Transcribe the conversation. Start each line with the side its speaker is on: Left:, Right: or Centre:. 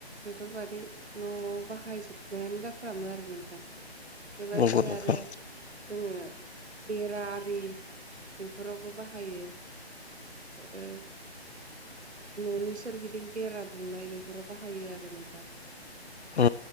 Right: बेफोरबायादि न'आव बाहायजोबनायानो जाफ्रामो आरो नोंथां बेबादिनो
Left: नंगौ नोंथां
Right: आरो जोङो बेरा आरि बेफोरावबो बाहायो ओ न'नि सोरगिदिं बेरा दुंनाय बेफोराव बाहायो आरो नोंथां
Left: ओ